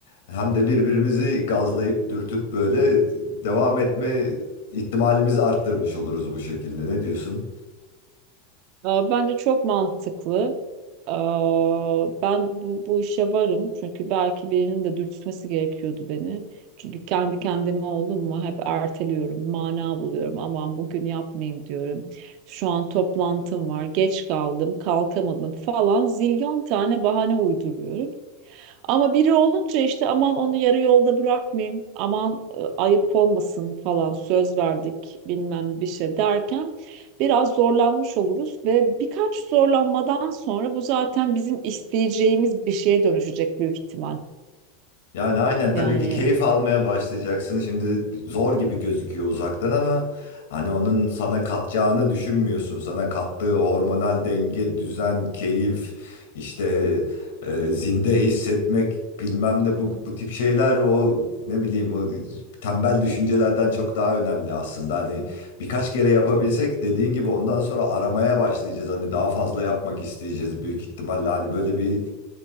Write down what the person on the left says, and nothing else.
Hem de birbirimizi gazlayıp dürtüp böyle devam etme ihtimalimizi arttırmış oluruz bu şekilde. Ne diyorsun?
Yani aynen tabii
ki keyif almaya başlayacaksın. Şimdi zor gibi gözüküyor uzaktan ama hani onun sana katacağını düşünmüyorsun. Sana kattığı hormonal denge, düzen, keyif, işte e, zinde hissetmek bilmem ne bu, bu tip şeyler o ne bileyim o tembel düşüncelerden çok daha önemli aslında. Hani birkaç kere yapabilsek dediğin gibi ondan sonra aramaya başlayacağız. Hani daha fazla yapmak isteyeceğiz büyük ihtimalle. Hani böyle bir